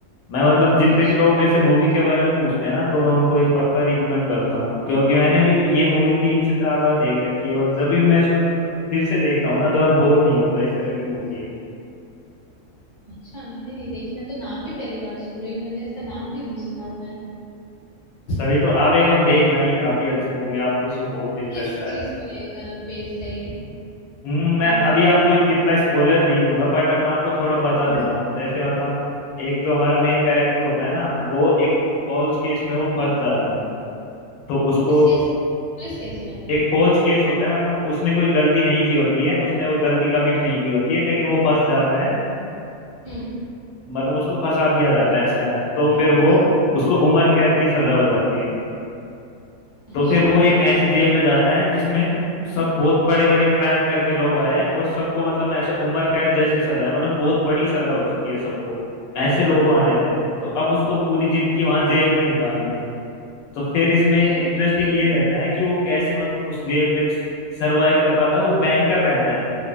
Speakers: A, on the left; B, on the left.
A: मैं मतलब जितने
B: अच्छा
A: भी लोग मेरे से मूवी के बारे में पूछते हैं ना तो मैं उनको ये पक्का रिकमेंड करता हूँ क्योंकि मैंने भी ये मूवी तीन से चार बार देख रखी है और जब भी मैं इसको फिर से देखता हूँ ना तो मैं बोर नहीं होता इस तरह की मूवी है
B: अच्छा मैंने नहीं देखी मैं तो नाम भी पहली बार सुन रही हूँ मैंने इसका नाम भी नहीं सुना हुआ है
A: तभी तो आप एक बार देखना ये काफी अच्छी मूवी है आपको इसमें बहुत इंटरेस्ट
B: किस
A: आएगा
B: चीज पे बेस्ड है ये
A: हम्म मैं
B: मूवी
A: अभी आपको इतना स्पॉइलर नहीं दूंगा बट मैं आपको थोड़ा बता
B: हम्म
A: देता हूँ जैसे मतलब एक जो हमारा मेन कैरेक्टर होता है ना वो एक फॉल्स केस में वो फंस जाता है तो उसको
B: किस केस पुलिस केस में
A: एक फॉल्स केस होता है मतलब उसने कोई गलती नहीं की होती है उसने वो गलती कमिट नहीं की होती है लेकिन वो फंस जाता है
B: हम्म
A: मतलब उसको फंसा दिया जाता है ऐसा है तो फिर वो उसको उम्र कैद की सजा हो जाती है
B: अच्छा
A: तो फिर वो एक ऐसी जेल में जाता है जिसमें सब बहुत बड़े बड़े क्राइम करके लोग आए हैं और सबको मतलब ऐसे उम्र कैद जैसी सजा है मतलब बहुत बड़ी सजा हो चुकी है सबको ऐसे लोग वहां रहते हैं तो अब उसको पूरी जिंदगी वहां जेल में निकालनी है तो फिर इसमें
B: वो अच्छा
A: इंटरेस्टिंग ये रहता है कि वो कैसे मतलब उस जेल में सरवाइव कर पाता है वो बैंकर रहता है